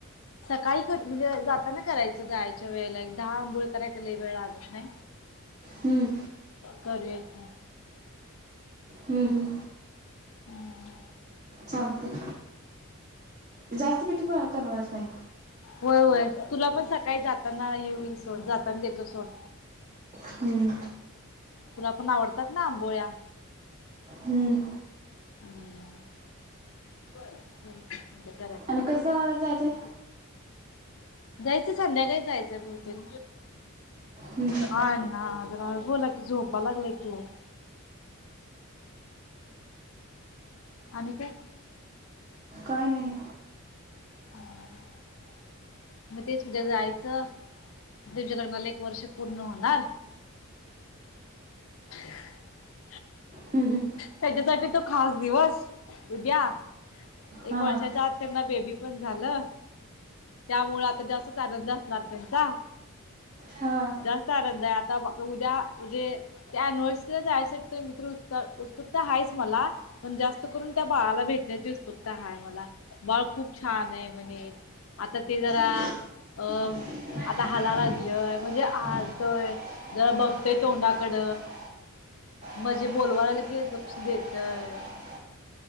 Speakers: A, on the left; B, on the right.
A: काही कर म्हणजे जाताना करायचं जायाच्या वेळेला, एक दहा आंबोळ्या करायला काही लई वेळ लागत नाही,
B: हं,
A: करूया की.
B: हं, हं.
A: हूं.
B: चालतंय. जास्त पिठ बघ. करणार आहेस काय?
A: होय होय तुला पण सकाळी जाताना ये हुईल सोड जाताना देतो सोड.
B: हूं.
A: तुला पण आवडतात ना आंबोळ्या,
B: हं.
A: हम्. <inaudible>
B: आणि कसं जाणारानं जायचंय?
A: जायचं संध्याकाळी जायचंय बहुतेक
B: हं, हं.
A: हा ना बोला की झोपाय लागलाय की ओ आणि काय
B: काय नाय
A: <unintelligible> हा तेच उद्या जायचं, तुमच्या लग्नाला एक वर्ष पूर्ण होणार. <unintelligible>
B: हं, हं.
A: त्याच्यासाठी तो खास दिवस उद्या एक
B: हां
A: वर्षाच्या आत त्यांना बेबी पण झालं त्यामुळ आता जास्तचं आनंद असणार त्यांचा,
B: हां
A: जास्त आनंद हाय, आता उद्या म्हणजे त्या एनिवर्सरीला जायासाठी तर मी तर उत्स उत्सुकता हायच मला, पण जास्त करुन त्या बाळाला भेटण्याची उत्सुकता हाय मला, बाळ खूप छान ये म्हणे आता ते जरा
B: दहाला
A: अ आता हलागय
B: वाजले
A: लागलंय म्हणजे
B: आलतो
A: हलतोय, जरा
B: बघते
A: बघतोय तोंडाकड
B: टोकाकडं म्हणजे
A: म्हजे बोलवायला
B: बोलवलं
A: की लक्ष देतयं
B: गावाला